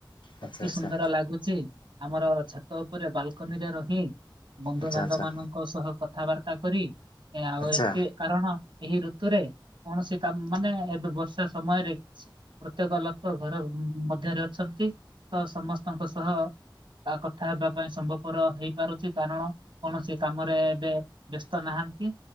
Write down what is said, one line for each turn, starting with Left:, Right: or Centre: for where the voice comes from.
Left: ଆଚ୍ଛା
Right: ଅତି
Left: ଆଚ୍ଛା
Right: ସୁନ୍ଦର ଲାଗୁଚି। ଆମର ଛାତ ଉପରେ ବାଲକୁନି ରେ ରହି ବନ୍ଧୁବାନ୍ଧବ
Left: ଆଚ୍ଛା ଆଚ୍ଛା
Right: ମାନ ଙ୍କ ସହ କଥାବାର୍ତ୍ତା କରି ଆଉ
Left: ଆଚ୍ଛା
Right: ଏ କାରଣ ଏହି ଋତୁରେ କୌଣସି କାମ ମାନେ ଏବେ ବର୍ଷା ସମୟରେ ପ୍ରତ୍ୟେକ ଲୋକ ଘର ମଧ୍ୟରେ ଅଛନ୍ତି ତ ସମସ୍ତଙ୍କ ସହ ତା କଥା ହେବା ପାଇଁ ସମ୍ଭବପର ହେଇପାରୁଛି। କାରଣ କୌଣସି କାମରେ ଏବେ ବ୍ୟସ୍ତ ନାହାନ୍ତି।